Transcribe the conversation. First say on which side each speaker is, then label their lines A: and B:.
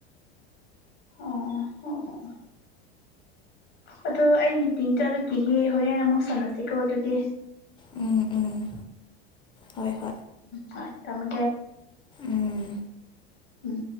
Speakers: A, on the left; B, on the left.
A: ꯑꯣ ꯑꯣ ꯑꯣ ꯑꯗꯨ ꯑꯩ ꯃꯤꯇꯤꯡꯗ ꯑꯗꯨ ꯄꯒ ꯍꯣꯔꯦꯟ ꯑꯃꯨꯛ ꯁꯅꯁꯤꯀꯣ ꯑꯗꯨꯗꯤ
B: ꯎꯝ ꯎꯝ ꯍꯣꯏ ꯍꯣꯏ
A: ꯎꯝ ꯇꯝꯦ
B: ꯎꯝ
A: ꯎꯝ